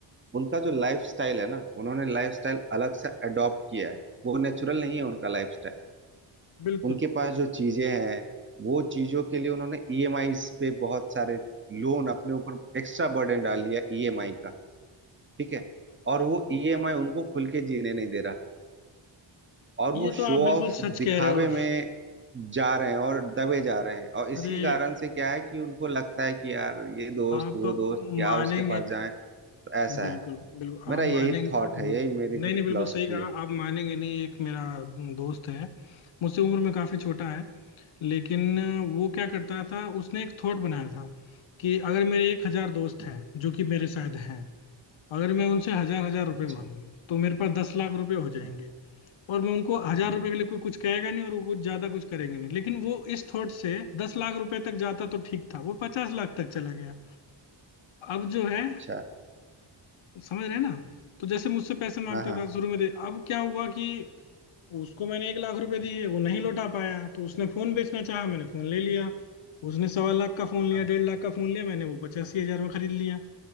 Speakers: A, on the right; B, on the left.
A: उनका जो लाइफ स्टाइल है ना उन्होंने लाइफ स्टाइल अलग से अडॉप्ट किया है वो नेचुरल नहीं है उनका लाइफ
B: बिल्कुल
A: उनके पास जो चीजें हैं वो चीजों के लिए उन्होंने ईएमआई पे बहुत सारे लोन अपने ऊपर एक्स्ट्रा बर्डन डाल लिया ईएमआई का ठीक है और वो ईएमआई उनको खुल के जीने नहीं दे रहा और
B: ये
A: वो
B: तो
A: शो
B: आप बिल्कुल
A: ऑफ
B: सच
A: दिखावे
B: कह रहे हो
A: में जा रहे हैं और दबे जा रहे हैं और इसी
B: अरे
A: कारण से क्या है कि उनको लगता है कि यार ये दोस्त
B: आप
A: वो दोस्त क्या
B: मानेंगे
A: उसके पास
B: नहीं
A: जाएं तो ऐसा
B: बिल्कुल
A: है
B: बिल्कुल
A: मेरा
B: आप
A: यही
B: मानेंगे
A: थॉट
B: नहीं
A: है यही मेरी फिर
B: नहीं
A: फिलोसफी
B: बिल्कुल सही कहा
A: है
B: आप मानेंगे नहीं एक मेरा दोस्त है मुझसे उम्र में काफी छोटा है लेकिन वो क्या करता था उसने एक थॉट बनाया था कि अगर मेरे एक हजार दोस्त
A: हम्म,
B: हैं जो कि मेरे शायद हैं अगर मैं उनसे हजार हजार रुपए
A: अच्छा
B: मांगू तो मेरे पास दस लाख रुपए हो जाएंगे
A: हम्म,
B: और मैं उनको हजार
A: हम्म,
B: रुपए के लिए कोई कुछ कहेगा नहीं और वो कुछ ज्यादा कुछ करेंगे नहीं लेकिन वो इस थॉट से दस लाख रुपए तक जाता तो ठीक था वो पचास लाख तक चला गया अब जो है
A: अच्छा
B: समझ रहे हैं ना तो जैसे मुझसे पैसे मांगता
A: हाँ हाँ
B: था शुरू में दे अब क्या हुआ कि उसको मैंने एक लाख रुपए दिए वो नहीं लौटा पाया तो उसने फोन बेचना चाहा मैंने फोन ले लिया उसने सवा लाख का फोन लिया
A: हाँ हाँ
B: डेढ़ लाख का फोन लिया मैंने वो पचासी हजार में खरीद लिया